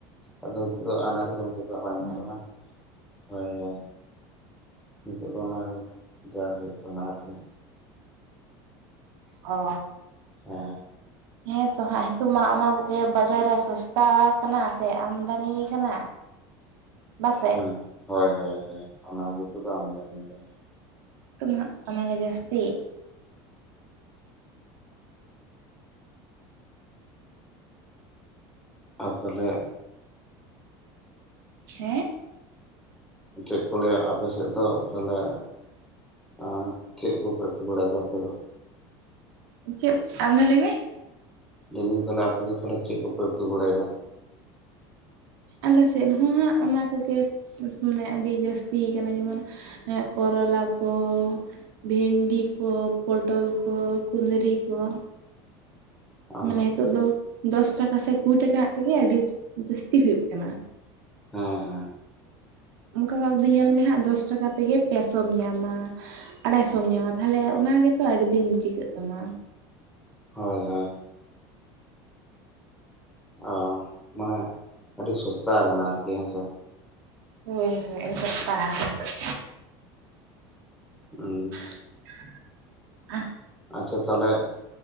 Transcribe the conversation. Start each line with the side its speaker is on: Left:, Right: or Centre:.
Centre: ᱟᱫᱚ ᱱᱤᱛ ᱫᱚ <unintelligible> ᱟᱜ ᱵᱟᱝ ᱧᱚᱜ
Right: ᱚ
Centre: ᱠᱟᱱᱟ <unintelligible> ᱦᱚᱭ ᱦᱚᱭ ᱱᱤᱛᱚᱜ ᱫᱚ ᱚᱱᱟᱜᱮ ᱰᱮᱣ ᱦᱩᱭᱩᱜ ᱠᱟᱱᱟ ᱟᱨ ᱠᱤ᱾
Right: ᱚᱻ
Centre: ᱦᱮ᱾
Right: <inaudible> ᱦᱮᱸ ᱛᱚ ᱦᱟᱸᱜ ᱱᱤᱛᱚᱜ ᱢᱟ ᱚᱱᱟ ᱠᱚᱜᱮ ᱵᱟᱡᱟᱨ ᱨᱮ ᱥᱚᱥᱛᱟ ᱟᱠᱟᱱᱟ ᱥᱮ ᱟᱢᱫᱟᱱᱤ ᱠᱟᱱᱟ᱾ <inaudible> ᱵᱟᱥᱮ
Centre: ᱦ ᱦᱚᱭ ᱦᱚᱭ ᱦᱳ ᱚᱱᱟ ᱜᱮᱛᱚ ᱠᱚ ᱟᱢᱫᱟᱱᱤ ᱠᱟᱱᱟ᱾
Right: ᱱᱤᱛᱚᱜ ᱢᱟᱦᱟᱸ ᱚᱱᱟᱜᱮ ᱡᱟᱹᱥᱛᱤ᱾
Centre: ᱟᱨ ᱛᱟᱦᱚᱞᱮ
Right: ᱦᱮᱸ
Centre: ᱪᱮᱫ ᱠᱚ ᱞᱟᱹᱭᱟ ᱟᱯᱮ ᱥᱮᱫ ᱫᱚ ᱛᱟᱦᱚᱞᱮ ᱟᱨ ᱪᱮᱫ ᱠᱚᱯᱮ ᱩᱛᱩ ᱵᱟᱲᱟᱭ ᱮᱫᱟ ᱟᱯᱮ ᱫᱚ?
Right: ᱪᱮᱫ ᱟᱨ ᱢᱤᱫᱷᱟᱣ ᱞᱟᱹᱭ ᱢᱮ?
Centre: ᱞᱟᱹᱭᱫᱟᱹᱧ ᱛᱟᱦᱚᱞᱮ ᱟᱯᱚ ᱫᱚ ᱛᱟᱦᱚᱞᱮ ᱪᱮᱫ ᱠᱚᱯᱮ ᱩᱛᱩ ᱵᱟᱲᱟᱭ ᱮᱫᱟ?
Right: ᱟᱞᱮ ᱥᱮᱫ ᱦᱚᱸ ᱦᱟᱸᱜ ᱚᱱᱟ ᱠᱚᱜᱮ ᱢᱟᱱᱮ ᱟᱹᱰᱤ ᱡᱟᱹᱥᱛᱤ ᱠᱟᱱᱟ ᱡᱮᱢᱚᱱ ᱮ ᱠᱚᱨᱚᱞᱟ ᱠᱚ ᱵᱷᱮᱱᱰᱤ ᱠᱚ ᱯᱚᱴᱚᱞ ᱠᱚ ᱠᱩᱫᱽᱨᱤ ᱠᱚ᱾
Centre: ᱚ
Right: ᱢᱟᱱᱮ ᱱᱤᱛᱚᱜ ᱫᱚ ᱫᱚᱥ ᱴᱟᱠᱟ ᱥᱮ ᱠᱩᱲᱤ ᱴᱟᱠᱟ ᱛᱮᱜᱮ ᱟᱹᱰᱤ ᱡᱟᱹᱥᱛᱤ ᱦᱩᱭᱩᱜ ᱠᱟᱱᱟ᱾
Centre: ᱦᱮᱸ ᱦᱮᱸ᱾
Right: ᱚᱱᱠᱟᱹ ᱠᱟᱨ ᱫᱚ ᱧᱮᱞ ᱢᱮ ᱦᱟᱸᱜ ᱫᱚᱥ ᱴᱟᱠᱟ ᱛᱮᱜᱮ ᱯᱮᱥᱚᱢ ᱧᱟᱢᱟᱹ᱾ ᱟᱲᱟᱭ ᱥᱚᱢ ᱧᱟᱢᱟ ᱛᱟᱦᱞᱮ ᱚᱱᱟ ᱜᱮᱛᱚ ᱟᱹᱰᱤ ᱫᱤᱱ ᱴᱤᱠᱟᱹᱜ ᱛᱟᱢᱟ᱾
Centre: ᱦᱚᱭ ᱦᱚᱭ᱾ ᱚ ᱢᱟᱱᱮ ᱟᱹᱰᱤ ᱥᱚᱥᱛᱟ ᱟᱠᱟᱱᱟ ᱟᱨᱠᱤ ᱦᱮᱸᱥᱮ᱾
Right: ᱦᱚᱭ ᱦᱚᱭ ᱟᱰᱤ ᱥᱟᱥᱛᱟ ᱦᱟᱠᱟᱱᱟ ᱱᱤᱛᱚᱜ᱾
Centre: <unintelligible>
Right: <unintelligible>
Centre: ᱟᱪᱷᱟ ᱛᱟᱦᱚᱞᱮ,